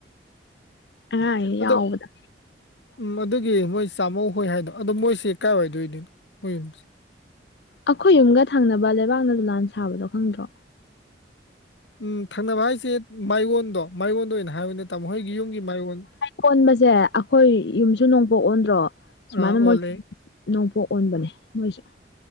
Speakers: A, on the left; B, on the left.
A: ꯑꯉꯥꯡꯉꯩ
B: ꯑꯗꯣ
A: ꯌꯥꯎꯕꯗ
B: ꯎꯝ ꯃꯗꯨꯒꯤ ꯃꯣꯏ ꯆꯥꯝꯃꯣ ꯍꯣꯏ ꯍꯥꯏꯗꯣ ꯑꯗꯣ ꯃꯣꯏꯁꯤ ꯀꯥꯏꯋꯥꯏꯗ ꯑꯣꯏꯗꯨꯅꯣ ꯃꯣꯏ ꯌꯨꯝꯁꯦ
A: ꯑꯩꯈꯣꯏ ꯌꯨꯝꯒ ꯊꯪꯅꯕ ꯂꯩꯕꯥꯛꯅ ꯗꯣꯂꯥꯟ ꯁꯥꯕꯗꯣ ꯈꯪꯗ꯭ꯔꯣ
B: ꯎꯝ ꯊꯪꯅꯕ ꯍꯥꯏꯁꯦ ꯃꯥꯏꯌꯣꯟꯗꯣ ꯃꯥꯏꯌꯣꯟꯗ ꯑꯣꯏꯅ ꯍꯥꯏꯌꯣꯅꯦ ꯇꯝꯃꯣ ꯍꯣꯏꯒꯤ ꯌꯨꯝꯒꯤ ꯃꯥꯏꯔꯣꯟ
A: ꯀꯣꯟꯕꯁꯦ ꯑꯩꯈꯣꯏ ꯌꯨꯝꯁꯨ ꯅꯣꯡꯄꯣꯛ ꯑꯣꯟꯗ꯭ꯔꯣ ꯁꯨꯃꯥꯏꯅ
B: ꯑꯥ ꯑꯣꯜꯂꯦ
A: ꯃꯣꯏ ꯅꯣꯡꯄꯣꯛ ꯑꯣꯟꯕꯅꯦ ꯃꯣꯏꯖꯨ